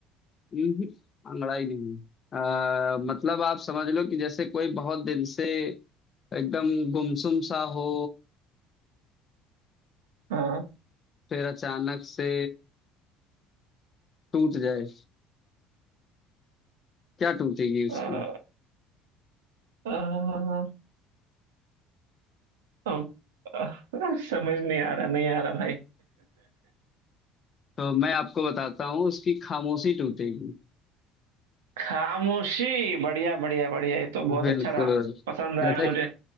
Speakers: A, on the left (about 40°); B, on the right (about 80°).
A: हम्म, अंगड़ाई नहीं आ, मतलब आप समझ लो कि जैसे कोई बहुत दिन से एकदम गुमसुम सा हो
B: हाँ
A: फिर अचानक से टूट जाए क्या टूटेगी उसकी
B: आ, आ, आ, आ, समझ नहीं आ रहा नहीं आ रहा भाई
A: तो मैं आपको बताता हूँ उसकी खामोशी टूटेगी
B: <laughs> खामोशी बढ़िया बढ़िया बढ़िया ये तो बहुत
A: बिल्कुल
B: अच्छा था पसंद आया
A: जैसे
B: मुझे